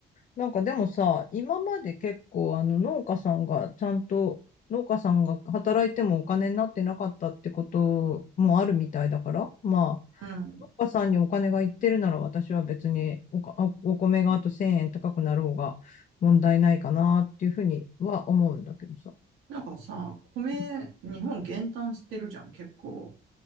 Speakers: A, on the left; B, on the right.
A: なんかでもさ、今まで結構あの農家さんがちゃんと、農家さんが働いてもお金になってなかったってこともあるみたいだから、まあ、
B: うん。
A: 農家さんにお金がいってるなら私は別におか、あお米があと1000円高くなろうが問題ないかなっていうふうには思うんだけどさ。
B: なんかさ、米、
A: うん
B: 日本減反してるじゃん、結構。